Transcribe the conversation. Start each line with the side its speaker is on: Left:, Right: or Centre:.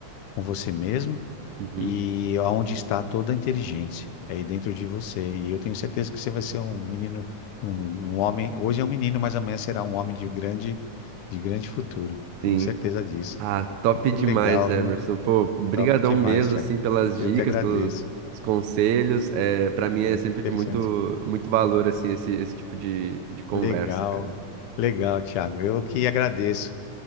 Left: com você mesmo
Right: Uhum.
Left: e aonde está toda a inteligência, é aí dentro de você. E eu tenho certeza que você vai ser um menino, um, um homem. Hoje é um menino, mas amanhã será um homem de grande, de grande futuro.
Right: Sim,
Left: Tenho certeza disso.
Right: Ah, top
Left: Muito
Right: demais,
Left: legal,
Right: Emerson.
Left: viu?
Right: Pô, brigadão
Left: Top demais,
Right: mesmo,
Left: Thiago.
Right: assim, pelas
Left: Eu
Right: dicas,
Left: que agradeço.
Right: pelos os conselhos. É, para mim é
Left: Muito
Right: sempre
Left: interessante.
Right: de muito, muito valor, assim, esse, esse tipo de, de conversa,
Left: Legal,
Right: cara.
Left: legal, Thiago. Eu que agradeço.